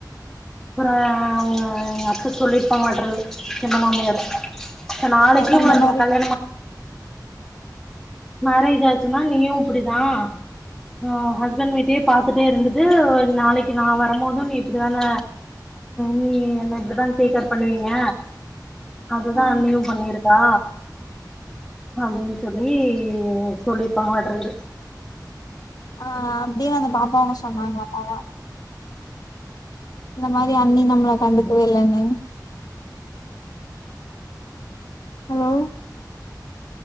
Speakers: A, in the centre; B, on the left.
A: அப்பற எங்க அத்த சொல்லியிருப்பாங்களட்டங்குது சின்ன மாமியாரு நாளக்கு
B: இந்த
A: உனக்கு
B: மாரி
A: கல்யாணம்ம மரேஜ் ஆச்சுன்னா நீயு இப்டிதா உ ஹஸ்பண்ட் விட்டயே பாத்துட்டே இருந்துட்டு நாளைக்கு நா வரும்போதும் நீ இப்டித்தான நீ என்ன இப்டி தான டேக்கேர் பண்ணுவீங்க அதுதா
B: ஆ
A: அன்னியு பண்ணிருக்கா அப்டின்னு சொல்லி இப்டி சொல்லிப்பாங்கலட்டங்குது
B: ஆஹ் அப்டியே அந்த பாப்பவும் சொன்னாங்களாமா அதா இந்த மாரி அண்ணி நம்மளே கண்டுக்கவே இல்லன்னு ஹலோ